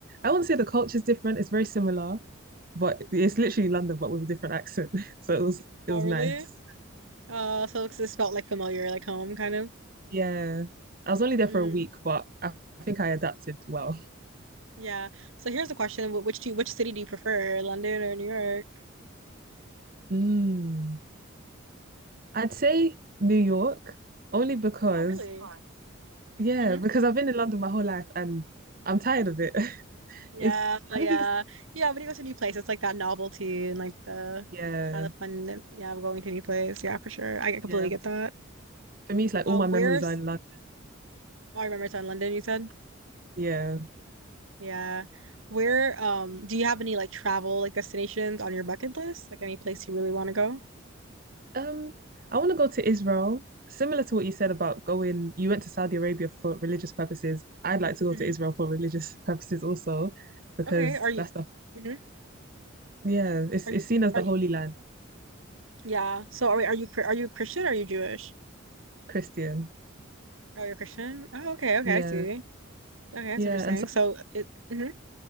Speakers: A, on the right; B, on the right.
A: I wouldn't say the culture's different. It's very similar, but it's literally London, but with a different accent. <laughs> So it was it
B: Oh,
A: was
B: really?
A: nice.
B: Oh, so it's- this felt like familiar, like home, kind of.
A: Yeah. I was only
B: Mm,
A: there for a week, but I think I adapted well.
B: yeah. So here's the question: Wh- Which do you, which city do you prefer, London or New York?
A: Mm. I'd say New York only because
B: Oh, really? Fun.
A: Yeah,
B: hmm
A: because I've been in London my whole life and I'm tired of it. <laughs>
B: Yeah,
A: It's,
B: yeah,
A: I think it's,
B: yeah. When you go to a new place, it's like that novelty and like the
A: yeah,
B: kind of fun. that- Yeah, of going to a new place. Yeah, for sure. I completely
A: yeah.
B: get that.
A: For me, it's like
B: Um,
A: all my memories
B: where's?
A: are in London.
B: Oh, I remember it's in London. You said.
A: Yeah.
B: Yeah. Where? Um, do you have any like travel like destinations on your bucket list? Like any place you really want to go?
A: Um, I want to go to Israel. Similar to what you said about going, you went to Saudi Arabia for religious purposes. I'd like to go
B: hmm
A: to Israel for religious <laughs> purposes also, because
B: Okay. Are you?
A: that's the,
B: hmm
A: yeah, it's
B: Are
A: it's
B: you?
A: seen as
B: Are
A: the
B: you?
A: Holy Land,
B: Yeah. So are are you Chri- are you Christian? Are you Jewish?
A: Christian.
B: Are you Christian? Oh, okay, okay,
A: Yeah.
B: I see. Okay, that's
A: Yeah.
B: interesting.
A: And
B: So it. mhm.